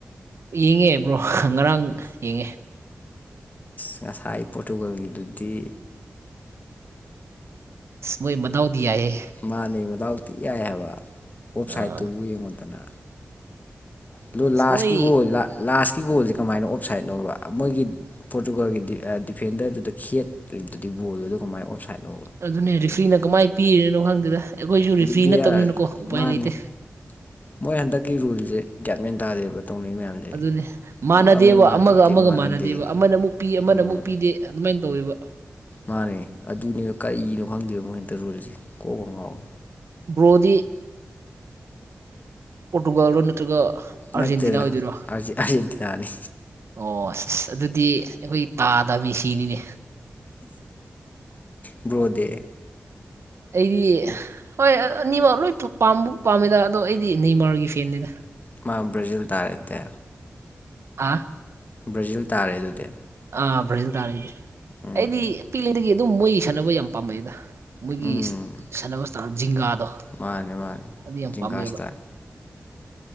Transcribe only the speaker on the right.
ꯌꯦꯡꯉꯦ ꯕ꯭ꯔꯣ ꯉꯔꯥꯡ ꯌꯦꯡꯉꯦ
ꯃꯣꯏ ꯃꯗꯥꯎꯗꯤ ꯌꯥꯏꯌꯦ
ꯑꯥ
ꯑꯁ
ꯃꯣꯏ
ꯑꯗꯨꯅꯦ ꯔꯤꯐ꯭ꯔꯤꯅ ꯀꯃꯥꯏꯅ ꯄꯤꯔꯤꯅꯣ ꯈꯪꯗꯦꯗ ꯑꯩꯈꯣꯏꯁꯨ
ꯔꯤꯐ꯭ꯔꯤ
ꯅꯠꯇꯕꯅꯤꯅꯀꯣ
ꯎꯄꯥꯏ
ꯂꯩꯇꯦ
ꯑꯗꯨꯅꯦ ꯃꯥꯟꯅꯗꯦꯕ
ꯑꯃꯒ ꯑꯃꯒ
ꯃꯥꯟꯅꯗꯦꯕ ꯑꯃꯅ ꯑꯃꯨꯛ ꯄꯤ ꯑꯃꯅ
ꯑꯃꯨꯛ ꯄꯤꯗꯦ ꯑꯗꯨꯃꯥꯏꯅ ꯇꯧꯋꯦꯕ
ꯕ꯭ꯔꯣꯗꯤ ꯄꯣꯔꯇꯨꯒꯜꯗꯣ ꯅꯠꯇ꯭ꯔꯒ ꯑꯥꯔꯖꯦꯟꯇꯤꯅꯥ
ꯑꯣꯏꯗꯣꯏꯔꯣ
ꯑꯣ ꯑꯁ ꯑꯗꯨꯗꯤ ꯑꯩꯈꯣꯏ ꯇꯥꯗ ꯃꯤꯁꯤꯅꯤꯅꯦ
ꯑꯩꯗꯤ ꯍꯣꯏ ꯑꯅꯤꯃꯛ ꯂꯣꯏ ꯄꯥꯝꯕꯨ ꯄꯥꯝꯃꯦꯗ ꯑꯗꯣ ꯑꯩꯗꯤ ꯅꯦꯃꯥꯔꯒꯤ ꯐꯦꯟꯅꯤꯗ
ꯑꯥ
ꯑꯥ ꯕ꯭ꯔꯥꯖꯤꯜ ꯇꯥꯔꯦ
ꯑꯩꯗꯤ ꯄꯤꯛꯂꯤꯉꯩꯗꯒꯤ ꯑꯗꯨꯝ ꯃꯣꯏꯒꯤ ꯁꯥꯟꯅꯕ ꯌꯥꯝ ꯄꯥꯝꯃꯛꯑꯦꯗ ꯃꯣꯏꯒꯤ
ꯁꯥꯟꯅꯕ ꯆꯥꯟ ꯖꯤꯡꯒꯥꯗꯣ
ꯑꯗꯨ ꯌꯥꯝ
ꯄꯥꯝꯃꯛꯑꯦꯕ